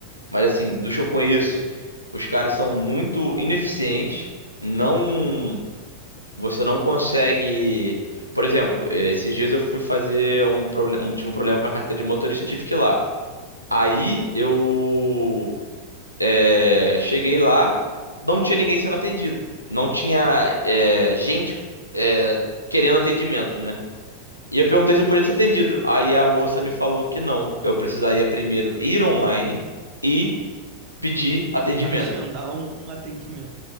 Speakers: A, on the right; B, on the right.
A: Mas assim, dos que eu conheço, os caras são muito ineficientes, não. Você não consegue. Por exemplo, eh, esses dias eu fui fazer um, proble- um- tive um problema com a carteira de motorista, eu tive que ir lá. Aí eu eh, cheguei lá, não tinha ninguém sendo atendido. Não tinha eh, gente eh, querendo atendimento, né? E eu perguntei se eu podia ser atendido. Aí a moça me falou que não. Eu precisaria primeiro ir online e pedir atendimento.
B: <laughs> Agendar um, um atendimento.